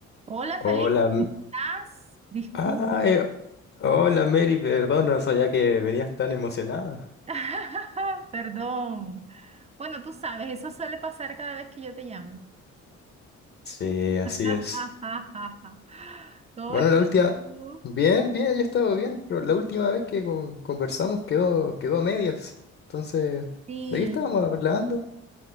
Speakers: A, on the right; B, on the left.
A: Hola, Felipe,
B: Hola, M-
A: ¿cómo ¿estás? Disculpa,
B: ay, hola Mary, perdona, no sabía que venías tan emocionada.
A: <laughs> perdón. Bueno, tú sabes, eso suele pasar cada vez que yo te llamo.
B: Sí, así
A: <laughs>
B: es.
A: ¿Cómo
B: Bueno,
A: estás
B: la última,
A: tú?
B: bien, bien, yo he estado bien, pero la última vez que con- conversamos quedó, quedó a medias. Entonces,
A: Sí,
B: ¿de qué estábamos hablando?